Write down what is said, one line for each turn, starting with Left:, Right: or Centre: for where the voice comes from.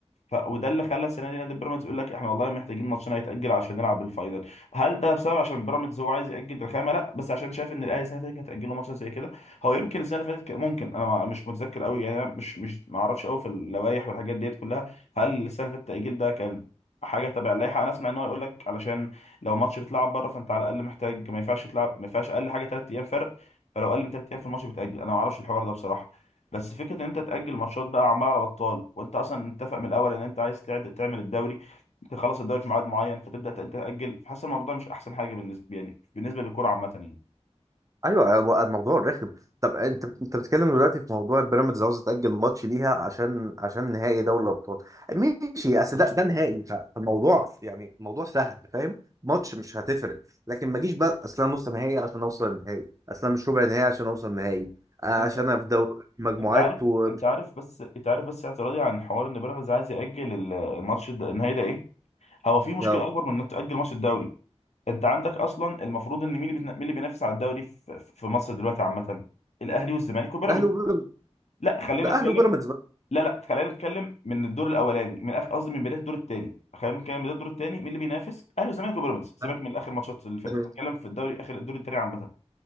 Left: ف... وده اللي خلى السنه دي نادي بيراميدز يقول لك احنا والله محتاجين ماتشنا يتاجل عشان نلعب الفاينل هل ده بسبب عشان بيراميدز هو عايز ياجل الخامه لا بس عشان شايف ان الاهلي السنه اللي فاتت كانت هتاجله ماتش زي كده هو يمكن السنه اللي فاتت كان- ممكن انا ما- مش متذكر قوي يعني انا مش مش ما اعرفش قوي في اللوائح والحاجات ديت كلها هل السنه اللي فاتت التاجيل ده كان حاجه تبع اللائحه انا اسمع ان هو يقول لك علشان لو ماتش بيتلعب بره فانت على الاقل محتاج ما ينفعش تلعب ما ينفعش اقل حاجه ثلاث ايام فرق فلو اقل من ثلاث ايام في الماتش بتاجل انا ما اعرفش الحوار ده بصراحه بس فكره ان انت تاجل ماتشات بقى عمال على بطال وانت اصلا متفق من الاول ان انت عايز تعد تعمل الدوري تخلص الدوري في ميعاد معين فتبدا تأ- تاجل فحاسس الموضوع ده مش احسن حاجه بالنسبه يعني بالنسبه للكوره عامه يعني
Right: ايوه هو الموضوع رخم طب انت انت بتتكلم دلوقتي في موضوع بيراميدز عاوز تاجل ماتش ليها عشان عشان نهائي دوري الابطال ماشي اصل ده ده نهائي فالموضوع يعني الموضوع سهل فاهم ماتش مش هتفرق لكن ما جيش بقى اصل انا نص نهائي عشان اوصل النهائي اصل انا مش ربع نهائي عشان اوصل نهائي آه، عشان
Left: انت
Right: انا في دوري مجموعات
Left: انت عارف
Right: ومش
Left: انت عارف بس انت عارف بس اعتراضي عن حوار ان بيراميدز عايز ياجل ال- الماتش الد- النهائي ده ايه هو في مشكله
Right: لا،
Left: اكبر من انك تاجل ماتش الدوري انت عندك اصلا المفروض ان مين اللي بيتنا- مين اللي بينافس على الدوري في في مصر دلوقتي عامه الاهلي والزمالك وبيراميدز
Right: اهلي وبيراميدز
Left: لا خلينا
Right: ده اهلي
Left: نتكلم
Right: وبيراميدز بقى
Left: لا لا خلينا نتكلم من الدور الاولاني من اخر قصدي من بدايه الدور الثاني خلينا نتكلم من بدايه الدور الثاني مين اللي بينافس اهلي وزمالك وبيراميدز سيبك
Right: أهلي.
Left: من اخر ماتشات اللي فاتت
Right: تمام.
Left: هتكلم في الدوري اخر الدور الثاني عامه